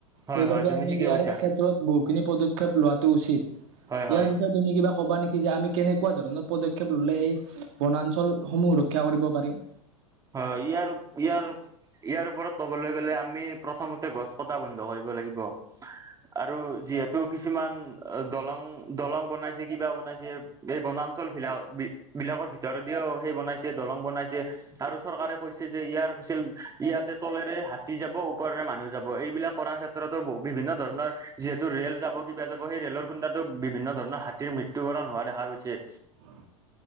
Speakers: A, on the right; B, on the right.
A: হয়
B: সেইবাবে
A: হয় তুমি
B: আমি
A: ঠিকে
B: ইয়াৰ
A: কৈছা
B: ক্ষেত্ৰত বহুখিনি পদক্ষেপ লোৱাটো উচিত,
A: হয়
B: ইয়াৰ
A: হয়
B: বিষয়ে তুমি কিবা কবা নেকি? যে আমি কেনেকুৱা ধৰণৰ পদক্ষেপ ল'লে এই বনাঞ্চলসমূহ ৰক্ষা কৰিব পাৰে।
A: হয়, ইয়াৰ-ইয়াৰ ইয়াৰ ওপৰত ক'বলৈ গলে আমি প্ৰথমতে গছ কটা বন্ধ কৰিব লাগিব। আৰু যিহেতু কিছুমান দলং-দলং বনাইছে কিবা বনাইছে, এই বনাঞ্চল বিলাক-বিলাকৰ ভিতৰত দিও সেই বনাইছে দলং বনাইছে, আৰু চৰকাৰে কৈছে যে ইয়াৰছিল ইয়াতে তলেৰে হাতী যাব, ওপৰেৰে মানুহ যাব, এইবিলাক কৰাৰ ক্ষেত্ৰত টো বিভিন্ন ধৰণৰ যিহেতু ৰেল যাব, কিবা যাব সেই ৰেলৰ খুন্দাতো বিভিন্ন ধৰণৰ হাতী ৰ মৃত্যুবৰণ হোৱা দেখা গৈছে।
B: অ',